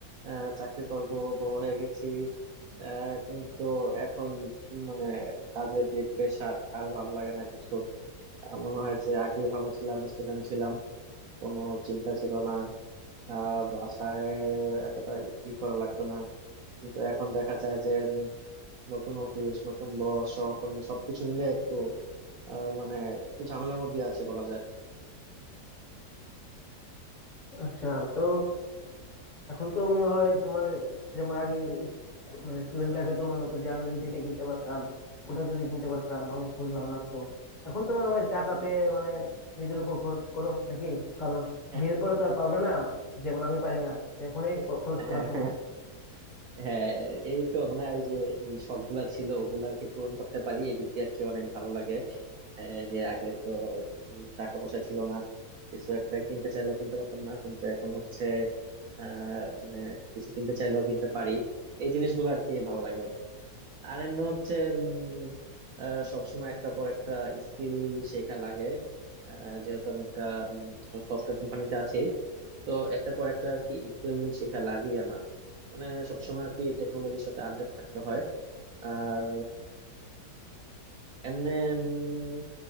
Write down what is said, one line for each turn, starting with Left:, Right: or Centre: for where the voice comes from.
Right: আহ, চাকরি করব বড় হয়ে গেছি আহ, কিন্তু এখন মানে কাজের যে প্রেশার আর ভালো লাগে না কিছু আহ, মনে হয় যে আগে ভালো ছিলাম স্টুডেন্ট ছিলাম কোনো চিন্তা ছিল না আহ বাসায় এতটা ই করা লাগতো না কিন্তু এখন দেখা যায় যে উম, নতুন অফিস নতুন বস সহকর্মী সবকিছু মিলে একটু আহ, মানে একটু ঝামেলার মধ্যে আছে বলা যায়
Left: আচ্ছা তো এখন তো মনে হয় তোমার যেমন আগে স- মানে স্টুডেন্ট লাইফে তো মনে হতো যে আমি যদি এটা কিনতে পারতাম ওটা যদি কিনতে পারতাম আমার খুবই ভালো লাগতো এখন তো মনে হয় টাকা পেয়ে মানে নিজের উপর খরচ করো নাকি কারণ
Right: হ্যাঁ
Left: বিয়ের পরে তো আর পারবে না যেমন আমি পারি না তো এখনই খ- খরচ
Right: হ্যাঁ
Left: করার সময়
Right: হ্যাঁ, এই তো মানে এই যে যে শখগুলা ছিল ওগুলাকে পূরণ করতে পারি এদিক দিয়ে আর কি অনেক ভালো লাগে আহ, যে আগে তো উম, টাকা পয়সা ছিল না কিছু একটা কিনতে চাইলেও কিনতে পারতাম না কিন্তু এখন হচ্ছে আহ মানে কিছু কিনতে চাইলেও কিনতে পারি এই জিনিসগুলো আর কি ভালো লাগে অনেক আর এমনি হচ্ছে উম, আহ, সবসময় একটা পর একটা স্কিল শেখা লাগে আহ, যেহেতু আমি একটা সফটওয়্যার কোম্পানিতে আছি তো একটা পর একটা আর কি স্কিল শেখা লাগে আমার মানে সবসময় আর কি টেকনোলজির সাথে আপডেট থাকতে হয় আর এমনি উম,